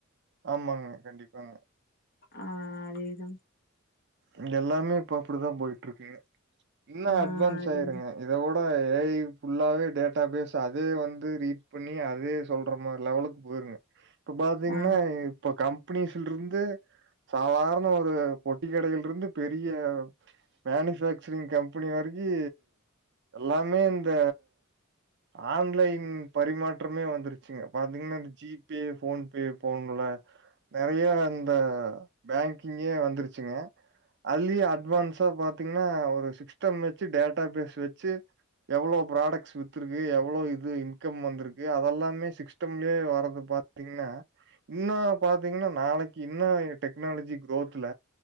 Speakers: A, on the right; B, on the left.
A: ஆமாங்க கண்டிப்பாங்க
B: ஆ அதேதா
A: இங்க எல்லாமே இப்ப அப்டித்தா போயிட்டு இருக்குங்க இன்னு
B: ஆ
A: அட்வான்ஸ்
B: அதேதா
A: ஆயிருங்க இத ஓட ஏய் ஃபுல்லாவே டேட்டா பேஸ் அது வந்து ரீட் பண்ணி அதே சொல்ற மாதிரி லெவலுக்கு போயிருங்க இப்ப பாத்தீங்கன்னா
B: ஆ
A: இப்ப கம்பெனிஸ்ல இருந்து சாதாரண ஒரு பொட்டி கடையில இருந்து பெரிய மேனுபக்சரிங் கம்பெனியா இருக்கு எல்லாமே இந்த ஆன்லைன் பரிமாற்றமே வந்துருச்சுங்க பாத்தீங்கன்னா ஜிபே போன்பே போன்ல நெறைய அந்த பேங்கிங்கே வந்துருச்சுங்க அதுலயு அட்வான்ஸா பாத்தீங்கன்னா ஒரு சிஸ்டம் வச்சு டேட்டா பேஸ் வச்சு எவ்வளோ ப்ராடட்ஸ் வி்த்து இருக்கு எவ்ளோ இது இன்கம் வந்திருக்கு அதெல்லாமே சிஸ்டம்லேயே வரறது பாத்து பாத்தீங்கன்னா இன்னோ பாத்தீங்கன்னா நாளைக்கு இன்னு டெக்னாலஜி குரோத்ல